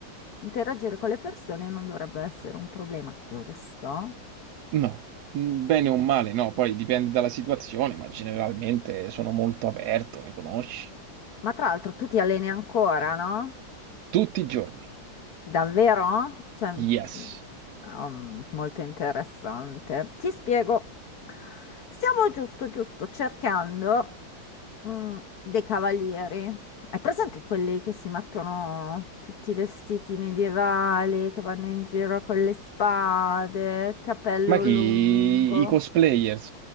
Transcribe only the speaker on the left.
interagire con le persone non dovrebbe essere un problema, giusto?
Ma tra l'altro tu ti alleni ancora, no?
Davvero? Cioè,
mm, um, molto interessante. Ti spiego. Stiamo giusto, giusto cercando mm, dei cavalieri. Hai presente quelli che si mettono tutti i vestiti medievali, che vanno in giro con le spade, capello
lungo?